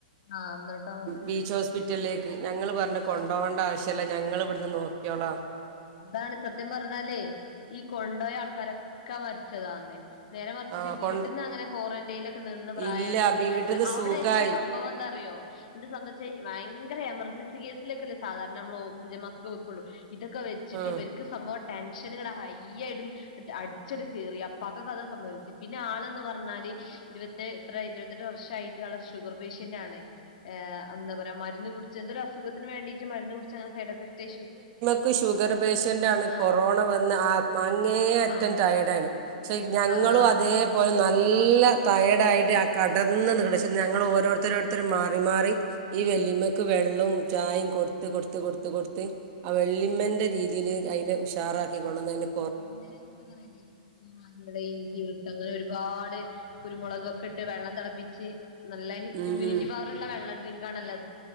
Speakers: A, on the left; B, on the right.
A: ആഹ് ന്നട്ടോ
B: ബീച്ച് ഹോസ്പി ഹോസ്പിറ്റലിലേക്ക് ഞങ്ങൾ പറഞ്ഞു കൊണ്ടുപോവണ്ട
A: ആഹ്
B: ആവശ്യല്ല ഞങ്ങൾ ഇവിടുന്ന് നോക്കിയോളാംന്ന്
A: അതാണ് സത്യം പറഞ്ഞാലേ ഈ കൊണ്ടോയ ആൾക്കാരൊക്കെ മരിച്ചതാ അന്ന് നേരെ മറിച്ച്
B: ആ
A: വീട്ടിൽന്ന്
B: കൊ
A: അങ്ങനെ ക്വാറന്റൈനില് ഒക്കെ നിന്ന് പ്രായ
B: ഇല്ല
A: ആൾക്ക് ഒരുകുഴപ്പോല
B: വീട്ടിന്ന്
A: പിന്നെ അവിടെ
B: സുഖായി
A: എത്തിയപ്പോ സംഭവം എന്താന്നറിയോ എന്താ സംഭവംച്ചാ ഭയങ്കര എമർജൻസി കേസിലൊക്കെല്ലെ സാധാരണ നമ്മൾ ഓക്സിജൻ മാസ്ക് വെക്കുള്ളു ഇതൊക്കെ വെ ച്ചിട്ട്
B: ഉം
A: ഇവർക്ക് സംഭവം ടെൻഷനിങ്ങട് ഹൈ ആയിട്ട് അടിച്ചണ്ട് കേറി അപ്പാക്ക്‌ ഒക്കെ അതാ സംഭവിച്ച് പിന്നെ ആള് ന്ന് പറഞ്ഞാല് ഇരുപ എത്ര ഇരുപത്തെട്ട് വർഷായിട്ട് ആള് ഒരു ഷുഗർ പേഷ്യന്റ് ആണ് എന്താ പറയാ മരുന്ന് കുടി ച്ച് എന്തോരു അസുഖത്തിന് വേണ്ടീട്ട് മരുന്ന് കുടിച്ച് അങ്ങനെ ആ സൈഡ് എഫക്റ്റ് ഇഷ്യൂ
B: ക്ക് ഷുഗർ പേഷ്യന്റാണ്
A: ആഹ്
B: കൊറോണ വന്ന് അന്നേ
A: ആഹ്
B: അറ്റം
A: ആഹ്
B: ടയേർഡ് ആണ് ഞങ്ങളും
A: ആഹ് ആഹ്
B: അതേപോലെ നല്ല ടയേഡ് ആയിട്ട് കടന്ന് പക്ഷേ ഞങ്ങൾ ഓരോരുത്തരോരുത്തരർ മാറി മാറി
A: ആഹ്
B: ഈ വല്ലിമ്മ ക്ക്‌ വെള്ളവും ചായും കൊടുത്ത് കൊടുത്ത് കൊടുത്ത് കൊടുത്ത് ആ വല്യമ്മന്റെ ജീ ഇതില് അയിനെ ഉഷാറാക്കി കൊണ്ടൊന്ന് അയിന്റെ
A: പിന്നെ ഇങ്ങനെ പറയു <unintelligible> ഈ മഞ്ഞള് ഇഞ്ചി വെളുത്ത് അങ്ങനെ ഒരുപാട് കുരുമുളകൊക്കെ ഇട്ട് വെള്ളം തെളപ്പിച്ച് നല്ല
B: ഉം
A: ഇമ്മ്യൂണിറ്റി
B: ഉം
A: പവർ ഉള്ള വെള്ള ഡ്രിങ്ക് ആണല്ലോ